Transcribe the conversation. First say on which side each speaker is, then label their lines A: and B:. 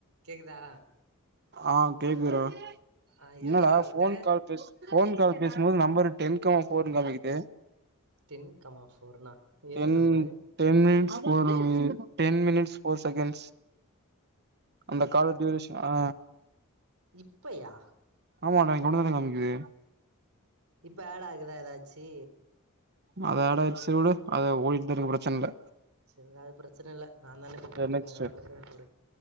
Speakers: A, on the right; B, on the right.
A: கேக்குதா
B: ஆ கேக்குது டா
A: ஆ
B: என்னாடா
A: எதல்றா விட்ட
B: போன் கால் பேசும் போன் கால் பேசும்போது நம்பர் டென் பக்கமா போறும் காமிக்குது
A: தின் கமா போர்னா என்ன
B: ten
A: number
B: ten ten minutes four second அந்த கால் டியூரேஷன் ஆ
A: இப்பையா
B: ஆமா நா இவனோடது தா காமிக்குது
A: இப்ப ஆடூ ஆகுதா எதாச்சி
B: அது ஆடூ ஆச்சு விடு அது ஓடிக்கிட்டே இருக்கும் பிரச்சனை இல்ல
A: செரி விடு அது பிரச்சனை இல்ல நா தானே இப்ப போட்டு
B: சரி
A: இருக்கே
B: நெக்ஸ்ட்